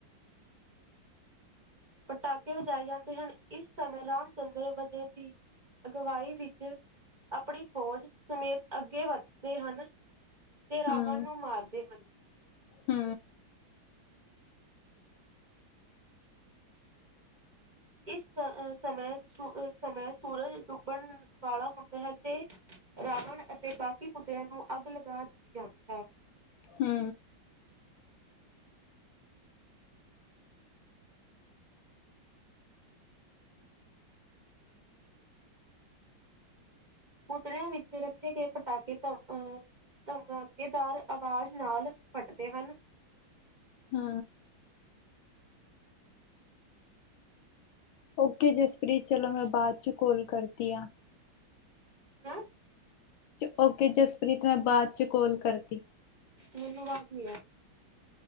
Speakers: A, on the right; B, on the left.
A: ਪਟਾਕੇ ਵਜਾਏ ਜਾਂਦੇ ਹਨ, ਇਸ ਸਮੇਂ ਰਾਮ ਚੰਦਰ ਵਜੇ ਦੀ ਅਗਵਾਈ ਵਿੱਚ ਆਪਣੀ ਫ਼ੌਜ ਸਮੇਤ ਅੱਗੇ ਵੱਧਦੇ ਹਨ। ਤੇ ਰਾਵਣ
B: ਹੂੰ
A: ਨੂੰ ਮਾਰਦੇ ਹਨ।
B: ਹੂੰ,
A: ਇਸ ਸਮੇਂ- ਸਮੇਂ ਸੂਰਜ ਡੁੱਬਣ ਵਾਲਾ ਹੁੰਦਾ ਹੈ, ਤੇ ਰਾਵਣ ਅਤੇ ਬਾਕੀ ਪੁਤਲਿਆਂ ਨੂੰ ਅੱਗ ਲਗਾ ਦਿੱਤੀ ਜਾਂਦੀ ਹੈ।
B: ਹੂੰ,
A: ਪੁਤਲਿਆਂ ਵਿੱਚੇ ਰੱਖੇ ਗਏ ਪਟਾਕੇ ਧ ਅਹ ਧਮਾਕੇਦਾਰ ਆਵਾਜ਼ ਨਾਲ ਫਟਦੇ ਹਨ।
B: ਹੂੰ, ਓਕੇ ਜਸਪ੍ਰੀਤ ਚਲੋ ਮੈਂ ਬਾਅਦ ਚ ਕੋਲ ਕਰਦੀ ਆ।
A: ਮੈਂ
B: ਓਕੇ ਜਸਪ੍ਰੀਤ ਮੈਂ ਬਾਅਦ ਚ ਕੋਲ ਕਰ
A: ਮੈਨੂੰ ਆਵਾਜ਼ ਨੀ ਆ ਰਹੀ।